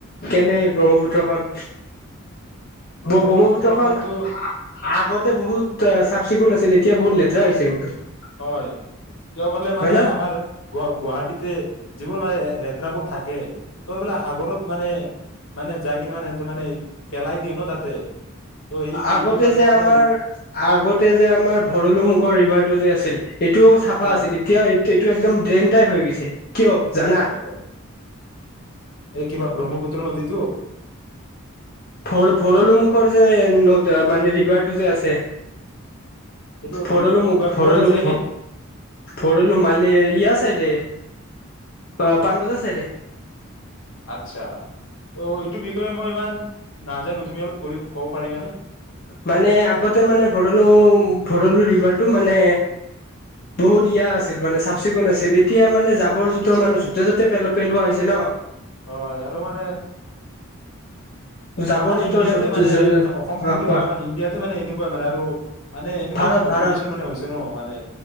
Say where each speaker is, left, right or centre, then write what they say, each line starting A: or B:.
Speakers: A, on the left; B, on the left.
A: কেনে ব্ৰহ্মপুত্ৰখন।
B: ব্ৰহ্মপুত্ৰখনতো
A: ব্ৰহ্মপুত্ৰখন আগতে বহুত চিকুণ আছিল এতিয়া বহুত লেতেৰা হৈছে <unintelligible>
B: হয় কিয় কলে
A: হয়
B: মানে
A: ন
B: আমাৰ গ গুৱাহাটীতে যিবোৰ মানে লতেৰাবোৰ থাকে ত এইবিলাক সাগৰত মানে মানে যাই কিনে মানেহ মানে পেলাই দিয়ে ন তাতে। ত' সেই
A: আগতে
B: সেইটো কাৰণে
A: যে
B: মানে
A: আমাৰ আগতে যে আমাৰ ভৰলো মুুখৰ ৰিভাৰটো যে আছে <inaudible> এইটোও চাফা
B: হয়
A: আছিল এতিয়াও এইটো এইটো একদম ড্ৰেইন টাইপ হৈ গৈছে। কিয় জানা
B: হয় হয়, এই কিবা ব্ৰহ্মপুত্ৰ নদীত দ
A: ভ ভৰলো মুখৰ যে ন মানে ৰিভাৰটো যে আছে।
B: এইটো
A: ভৰলো মোক
B: কিবা
A: ভৰলো
B: ক'ত আছে
A: ভৰলো
B: এনে
A: মানে ইয়াৰ চাইডে। অ পাণ বজাৰ ছাইদে।
B: আচ্ছা ত' এইটো বিষয়ে মই ইমান নাজানো তুমি অলপ কৰি ক'ব পাৰিবানে?
A: মানে আগতে মানে ভৰলো ভৰলো ৰিভাৰটো মানে বহুত ইয়া আছিল মানে চাফ চিকুণ আছিল। এতিয়া মানে জাবৰ জোথৰ
B: আচ্ছা
A: মানুহ যতে'তে পেলা পেলোৱা হৈছে ন
B: অ ইয়াৰো মানে
A: জাবৰ
B: আমাৰ
A: জোথৰ
B: ইণ্ডিয়াতে
A: য'ত
B: মানে অসম
A: অ
B: বুলি
A: কোৱা
B: নহয় আমাৰ ইণ্ডিয়াতে মানে এনেকুৱা মানে আৰু মানে এনেকুৱা
A: ভাৰত
B: পপুলেশ্যন
A: ভাৰত
B: মানে হৈছে ন মানে